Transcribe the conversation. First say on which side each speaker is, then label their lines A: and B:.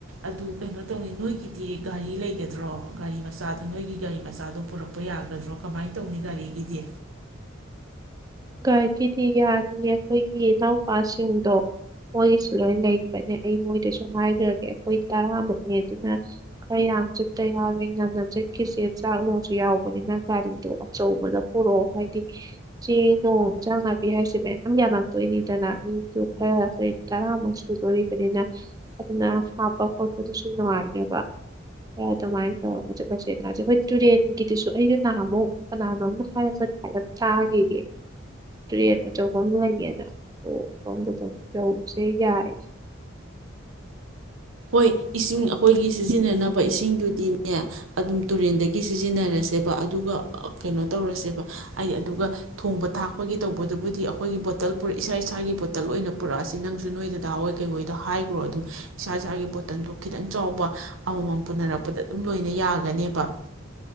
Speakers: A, on the right; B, on the right.
A: ꯑꯗꯨ ꯀꯩꯅꯣ ꯇꯧꯅꯤ ꯅꯣꯏꯒꯤꯗꯤ ꯒꯥꯔꯤ ꯂꯩꯒꯗ꯭ꯔꯣ ꯒꯥꯔꯤ ꯃꯆꯥꯗ ꯅꯣꯏꯒꯤ ꯒꯥꯔꯤ ꯃꯆꯥꯗꯣ ꯄꯨꯔꯛꯄ ꯌꯥꯒꯗ꯭ꯔꯣ ꯀꯃꯥꯏꯅ ꯇꯧꯅꯤ ꯒꯥꯔꯤꯒꯤꯗꯤ꯫
B: ꯒꯥꯔꯤꯗꯤ ꯌꯥꯅꯤꯌꯦ ꯑꯩꯈꯣꯏꯒꯤ ꯏꯅꯥꯎꯄꯥꯁꯤꯡꯗꯣ ꯃꯣꯏꯒꯤꯁꯨ ꯂꯣꯏ ꯂꯩꯕꯅꯦ ꯑꯩ ꯃꯣꯏꯗꯁꯨ ꯍꯥꯏꯈ꯭ꯔꯒꯦ ꯑꯩꯈꯣꯏ ꯇꯔꯥꯃꯨꯛꯅꯦ ꯑꯗꯨꯅ ꯈꯔ ꯌꯥꯝ ꯆꯠꯇ ꯌꯥꯔꯣꯏ ꯉꯟꯅ ꯆꯠꯈꯤꯁꯦ ꯆꯥꯛꯅꯨꯡꯁꯨ ꯌꯥꯎꯕꯅꯤꯅ ꯒꯥꯔꯤꯗꯣ ꯑꯆꯧꯕꯗ ꯄꯨꯔꯛꯑꯣ ꯍꯥꯏꯗꯤ ꯆꯦꯡ꯫ ꯅꯣꯡ ꯏꯟꯁꯥꯡ ꯅꯥꯄꯤ ꯍꯥꯏꯁꯦ ꯃꯌꯥꯝ ꯌꯥꯝꯃꯛꯇꯣꯏꯅꯤꯗꯅ ꯃꯤꯗꯨ ꯈꯔ ꯑꯩꯈꯣꯏ ꯇꯔꯥꯃꯨꯛ ꯁꯨꯗꯣꯔꯤꯕꯅꯤꯅ ꯑꯗꯨꯅ ꯍꯥꯞꯄ ꯈꯣꯠꯄꯗꯨꯁꯨ ꯅꯨꯡꯉꯥꯏꯅꯦꯕ ꯈꯔ ꯑꯗꯨꯃꯥꯏꯅ ꯇꯧꯔꯒ ꯃꯆꯦꯠ ꯃꯆꯦꯠꯅꯁꯦ ꯑꯩꯈꯣꯏ ꯇꯨꯔꯦꯟꯒꯤꯗꯨꯁꯨ ꯑꯩꯩꯅ ꯅꯍꯥꯟꯃꯨꯛ ꯀꯅꯥꯅꯣꯝꯅ ꯍꯥꯏꯔꯛꯄ ꯍꯥꯏꯔꯞ ꯆꯥꯈꯤꯌꯦ꯫ ꯇ꯭ꯔꯦꯟ ꯑꯆꯧꯕ ꯂꯩꯌꯦꯅ ꯑꯣ ꯑꯣꯝꯗ ꯇꯧꯕꯁꯦ ꯌꯥꯏ
A: ꯍꯣꯏ ꯏꯁꯤꯡ ꯑꯩꯈꯣꯏꯒꯤ ꯁꯤꯖꯤꯟꯅꯅꯕ ꯏꯁꯤꯡꯗꯨꯗꯤꯅꯦ ꯑꯗꯨꯝ ꯇꯨꯔꯦꯟꯗꯒꯤ ꯁꯤꯖꯤꯟꯅꯔꯁꯦꯕ ꯑꯗꯨꯒ ꯀꯩꯅꯣ ꯇꯧꯔꯁꯦꯕ ꯍꯥꯏꯗꯤ ꯑꯗꯨꯒ ꯊꯣꯡꯕ ꯊꯥꯛꯄꯒꯤ ꯇꯧꯕꯗꯨꯕꯨꯗꯤ ꯑꯩꯈꯣꯏꯒꯤ ꯕꯣꯇꯜ ꯄꯨꯔ ꯏꯁꯥ ꯏꯁꯥꯒꯤ ꯕꯣꯇꯜ ꯑꯣꯏꯅ ꯄꯨꯔꯛꯑꯁ ꯅꯪꯁꯨ ꯅꯣꯏꯗꯥꯗꯥ ꯍꯣꯏ ꯀꯩꯍꯣꯏꯗ ꯍꯥꯏꯈ꯭ꯔꯣ ꯑꯗꯨꯝ꯫ ꯏꯁꯥ ꯏꯁꯥꯒꯤ ꯕꯣꯇꯜꯗꯣ ꯈꯤꯇꯪ ꯆꯥꯎꯕ ꯑꯃꯃꯝ ꯄꯨꯅꯔꯛꯄꯗ ꯑꯗꯨꯝ ꯂꯣꯏꯅ ꯌꯥꯒꯅꯦꯕ